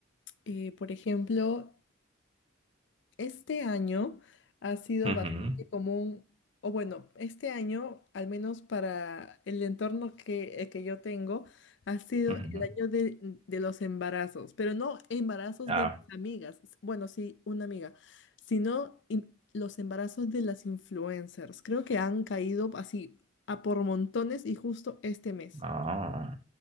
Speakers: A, on the left (about 60°); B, on the right (about 25°).
A: eh, por ejemplo, Este año ha sido
B: Ujú,
A: bastante común, o bueno, este año, al menos para el entorno que, el que yo tengo, ha sido
B: ujú.
A: el año de, de los embarazos, pero no embarazos
B: Ah,
A: de mis amigas, bueno, sí, una amiga, sino in- los embarazos de las influencers. Creo que han caído así a por montones y justo este mes.
B: ah,